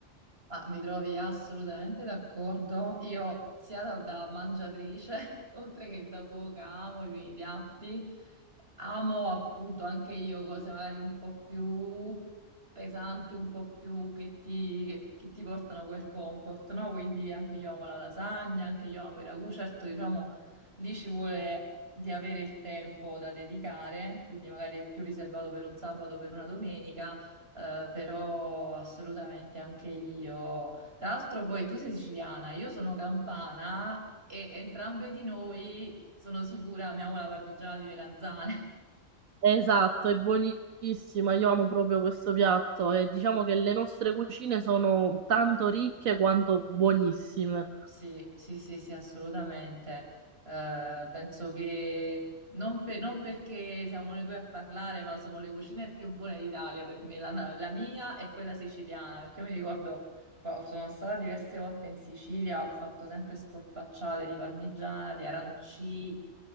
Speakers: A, on the right; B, on the right.
A: Ah, mi trovi assolutamente d'accordo. Io sia da, da mangiatrice, <laughs> oltre che da cuoca, amo i miei piatti. Amo appunto anche io cose magari un po' più pesanti, un po' più che ti, che- che ti portano quel comfort, no? Quindi anche io amo la lasagna, anche io amo i ragù. Certo, diciamo, lì ci vuole di avere il tempo da dedicare, quindi magari è più riservato per un sabato o per una domenica eh, però assolutamente anche io. Tra l'altro, poi tu sei siciliana, io sono campana e entrambe di noi sono sicura amiamo la parmigiana di meranzane. <laughs>
B: Esatto, è buonissima, io amo proprio questo piatto e diciamo che le nostre cucine sono tanto ricche quanto buonissime.
A: Sì, sì, sì, sì, assolutamente. Eh, penso che non, per- non perché siamo noi due a parlare, ma sono le cucine più buone d'Italia per me, la, la mia e quella siciliana, perché io mi ricordo. qua- Sono stata diverse volte in Sicilia, ho fatto sempre scorpacciate di parmigiana, di aranci,